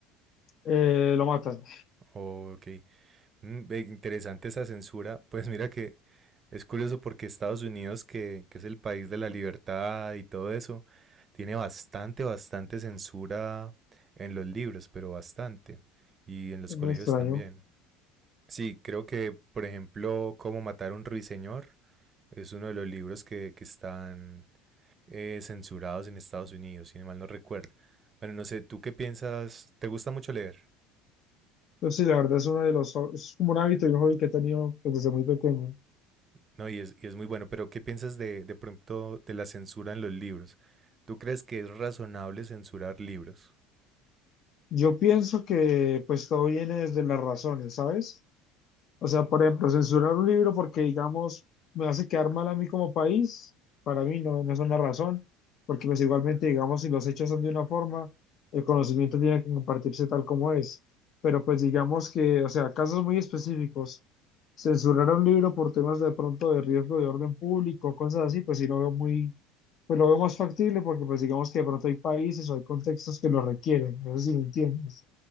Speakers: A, on the left (about 50°); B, on the right (about 30°).
A: eh, lo matan.
B: Ok. Mm, ve, interesante esa censura. <laughs> Pues mira que Es curioso porque Estados Unidos, que, que es el país de la libertad y todo eso, tiene bastante, bastante censura en los libros, pero bastante. Y en los
A: Muy
B: colegios
A: extraño.
B: también. Sí, creo que, por ejemplo, Cómo matar a un ruiseñor es uno de los libros que, que están eh, censurados en Estados Unidos, si mal no recuerdo. Bueno, no sé, ¿tú qué piensas? ¿Te gusta mucho leer?
A: entonces sí, la verdad es uno de los, ho- es como un hábito y un hobby que he tenido pues, desde muy pequeño.
B: No, y es, y es muy bueno, pero ¿qué piensas de, de pronto de la censura en los libros? ¿Tú crees que es razonable censurar libros?
A: Yo pienso que pues todo viene desde las razones, ¿sabes? O sea, por ejemplo, censurar un libro porque, digamos, me hace quedar mal a mí como país, para mí no, no es una razón, porque pues igualmente, digamos, si los hechos son de una forma, el conocimiento tiene que compartirse tal como es. Pero pues digamos que, o sea, casos muy específicos, censurar un libro por temas de pronto de riesgo de orden público, cosas así, pues sí lo veo muy pues lo veo más factible porque pues digamos que de pronto hay países o hay contextos que lo requieren, no sé si me entiendes.